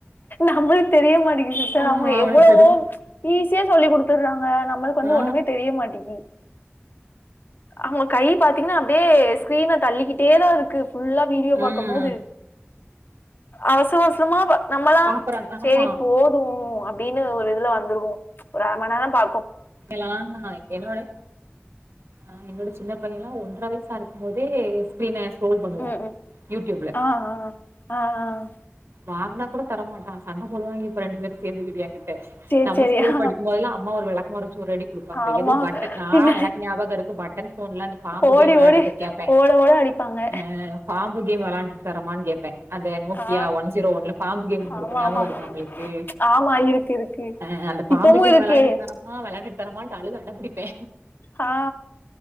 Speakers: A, on the left (about 50°); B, on the right (about 75°).
A: நம்மளுக்கு தெரிய மாட்டேங்குது சிஸ்டர்
B: ஆ
A: அவங்க
B: அவனுக்கு
A: எவ்ளவோ
B: தெரிது
A: ஈஸியா சொல்லிக்குடுத்திட்றாங ஆஹ் நம்மளுக்கு வந்து
B: ஆ
A: ஒண்ணுமே தெரிய மாட்டேங்கி அவங்க கை பாத்தீங்கன்னா அப்டியே ஸ்கிரீன தள்ளிக்கிட்டே தா இருக்கு ஃபுல்லா வீடியோ
B: ம்
A: பாக்கும் போது அவசர அவசரமா பா நம்மலா
B: பாக்குறாங்க
A: செரி
B: ஆமா
A: போது அப் அப்டின்னு ஒரு இதுல வந்துடுவோ ஒரு அர மன்நேர பா
B: எல்லா <unintelligible> ஆஹ் என்னோட சின்ன பையெல்லா ஒ இவ வயசா இருக்கும்போது ஸ்கிரீன ஸ்க்ரோல் பண்ணுவா
A: உம் உம்
B: யூடியூப்ல
A: ஆஹ் ஆஹ் ஆஹ் ஆஹ்
B: வாங்க்னா கூட தரமாட்டா சண்ட போடுவாங்க இப்ப ரெண்டு பேரு சேர்ந்து கிட்டு ஏ கிட் ட
A: சேரி
B: நம்ம
A: சேரி
B: ஸ்கூல்
A: ஆ
B: படிக்கும்போதெல்லா அம்மா ஒரு வெளக் மறு சூரடி குடுப்பாங்க
A: ஆமா
B: எது பட்டன் நா
A: பின்னாடி
B: எனக்கு ஞாபக இருக்கு பட்டன் ஃபோன்ல அந்த பாம்பு
A: ஓடி
B: கேம் வெளையாடுறதுக்கு
A: ஓடி
B: கேப்பே
A: ஓட ஓட அடிப்பாங்க
B: ஆஹ் பாம்பு கேம் வெளையாண்டுட்டு தரமான்னு கேப்பே அந்த நோக்கியா
A: ஆ
B: ஒன் ஜீரோ ஒன்ல பாம்பு கேம் ஒன்னு இருக்கு
A: ஆமா
B: ஞாபக
A: ஆமா
B: இருக்கா உங்களுக்கு
A: ஆமா இருக்கு இருக்கு
B: அ அந்த பாம்பு
A: இப்பமு
B: கேம்
A: இருக்கே
B: வெளையாடிட்டுதரம்மா வெளையான்டுட்டு தரமான்ட்டு அழுது அட பிடிப்பே
A: ஹா